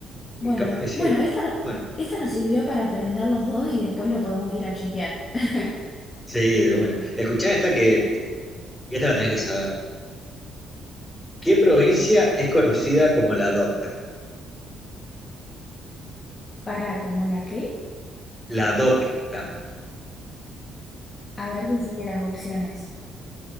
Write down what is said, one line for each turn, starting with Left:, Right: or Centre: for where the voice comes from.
Centre: Y
Left: Bueno,
Centre: capaz que sí.
Left: bueno, esta, no-
Centre: Bueno.
Left: esta nos sirvió para aprender los dos y después lo podemos ir a chequear. <laughs>
Centre: Sí, de una. Escuchá esta que. Y esta la tenés que saber. ¿Qué provincia es conocida como la Docta?
Left: Para, ¿como la qué?
Centre: La Docta.
Left: A ver, decime las opciones.